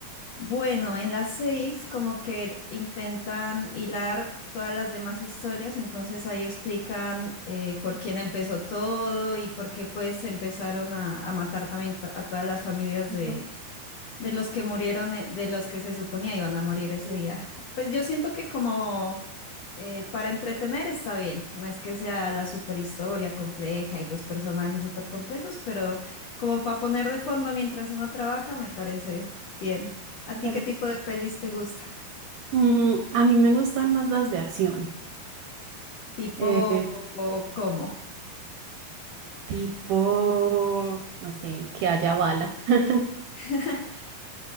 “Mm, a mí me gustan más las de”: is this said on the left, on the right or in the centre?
Right